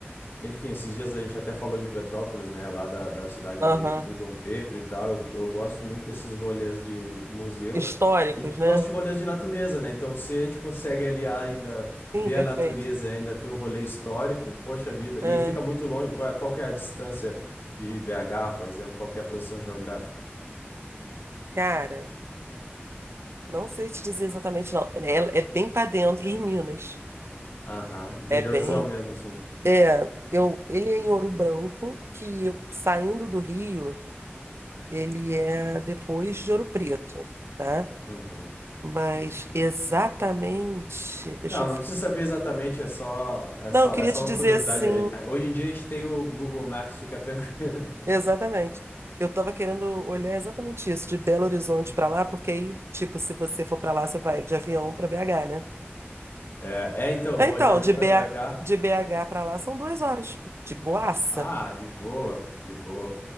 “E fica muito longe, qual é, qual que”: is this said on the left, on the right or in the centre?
Left